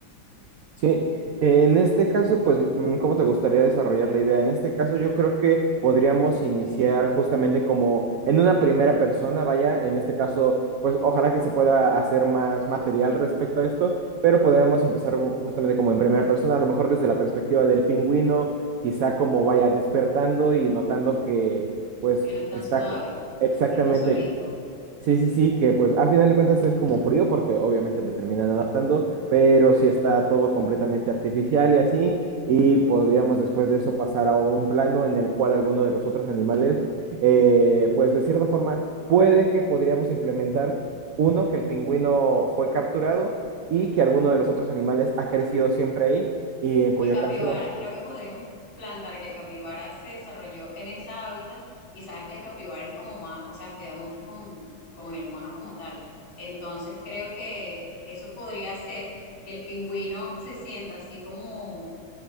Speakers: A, on the right (about 80°); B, on the left (about 75°).
A: Sí, en este caso, pues, mm, ¿cómo te gustaría desarrollar la idea? En este caso, yo creo que podríamos iniciar justamente como en una primera persona, vaya, en este caso, pues, ojalá que se pueda hacer más material respecto a esto, pero podríamos empezar justamente como en primera persona, a lo mejor desde la perspectiva del pingüino, quizá como vaya despertando y notando que, pues,
B: que no está
A: está
B: en su hábitat,
A: exactamente
B: que está solito.
A: Sí, sí, sí, que pues a final de cuentas es como frío porque obviamente lo terminan adaptando, pero si está todo completamente artificial y así, y podríamos después de eso pasar a un plano en el cual alguno de los otros animales, eh, pues de cierta forma, puede que podríamos implementar uno, que el pingüino fue capturado y que alguno de los otros animales ha crecido siempre ahí, y en cuyo
B: El capibara,
A: caso
B: creo que podríamos plantar que el capibara se desarrolló en ese hábitat y sabes que el capibara es como más, o sea, se da mucho con, con el humano como tal. Entonces creo que eso podría ser que el pingüino se sienta así como